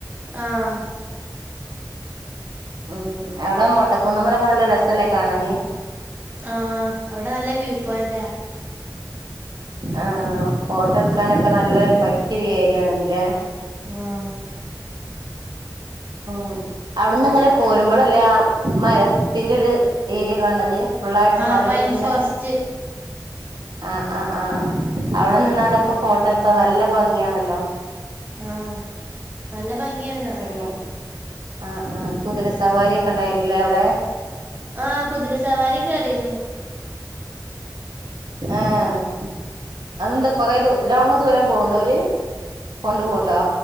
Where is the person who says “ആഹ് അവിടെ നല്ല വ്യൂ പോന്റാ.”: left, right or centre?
Right